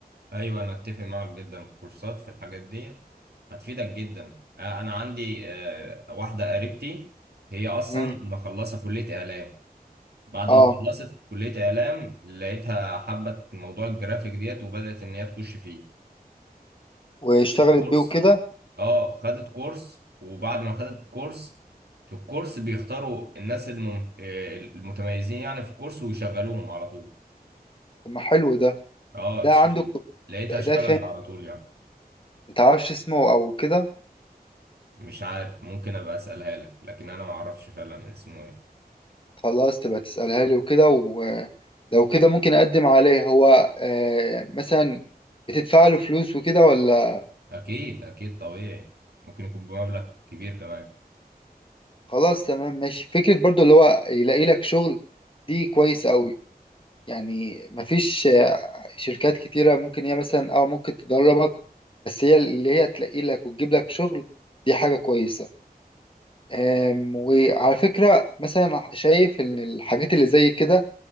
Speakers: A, on the right (about 85°); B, on the left (about 35°).
A: ايوه انا اتفق معاك جدا الكورسات في الحاجات ديت هتفيدك جدا آه، انا عندي آه، واحده قريبتي هي اصلا
B: امم
A: مخلصه كليه اعلام بعد
B: اه
A: ما خلصت كليه اعلام لقيتها حبت موضوع الجرافيك ديت وبدات ان هي تخش فيه
B: واشتغلت
A: خدت كورس
B: بيه وكده
A: اه خدت كورس وبعد ما خدت كورس في الكورس بيختاروا الناس المم... آه، المتميزين يعني في الكورس ويشغلوهم على طول
B: طب ما حلو ده
A: اه
B: ده
A: ش-
B: عندك
A: لقيتها اشتغلت
B: ده فين
A: على طول يعني
B: متعرفش اسمه او كده
A: مش عارف ممكن ابقى اسالها لك لكن انا ما اعرفش فعلا اسمه ايه
B: خلاص تبقى تسألها لي وكده ولو كده ممكن اقدم عليه هو آه مثلا بتدفع له فلوس وكده ولا
A: اكيد اكيد طبيعي ممكن يكون بمبلغ كبير كمان
B: خلاص تمام ماشي فكرة برضو اللي هو يلاقي لك شغل دي كويس قوي يعني مفيش شركات كتيرة ممكن هي مثلا اه ممكن تدربك بس هي اللي هي تلاقي لك وتجيب لك شغل دي حاجة كويسة أم، وعلى فكرة مثلا شايف إن الحاجات اللي زي كده